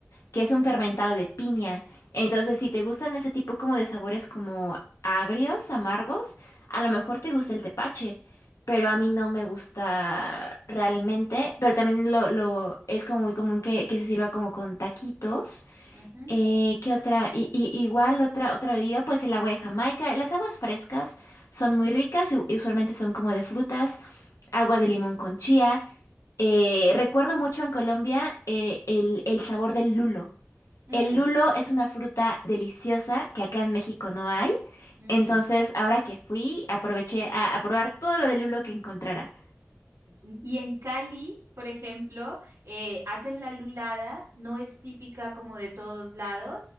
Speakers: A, on the left; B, on the right.
A: que es
B: ujú,
A: un fermentado de piña. Entonces,
B: mm,
A: si te gustan ese tipo como de sabores como agrios, amargos, a lo mejor te gusta el tepache, pero a mí no me gusta realmente, pero también lo, lo es como muy común que, que se sirva como con taquitos.
B: ujú,
A: Eh, ¿qué otra? I- i- igual otra, otra bebida, pues el agua de Jamaica. Las aguas frescas son
B: ujú,
A: muy ricas y u- y usualmente son como de frutas agua de limón con chía. Eh, recuerdo mucho en Colombia eh, el, el sabor del lulo.
B: mm,
A: El lulo es una fruta deliciosa que acá en México no hay.
B: mm,
A: Entonces, ahora que fui, aproveché a, a probar todo lo del lulo que encontrara.
B: Y en Cali, por ejemplo, eh, hacen la lulada, no es típica como de todos lados,